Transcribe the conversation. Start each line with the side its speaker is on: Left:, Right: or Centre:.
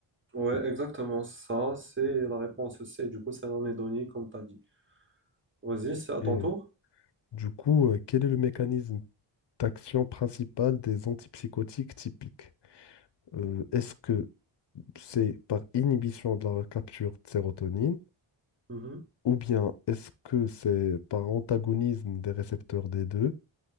Right: Ouais, exactement ça. C'est la réponse C. Du coup, c'est l'anédonie, comme tu as dit. Vas-y, c'est
Left: Ok.
Right: à ton tour.
Left: Du coup, euh, quel est le mécanisme d'action principal des antipsychotiques typiques? Euh, est-ce que c'est par inhibition de la recapture de sérotonine,
Right: Mhm,
Left: ou bien est-ce que c'est par antagonisme des récepteurs D2,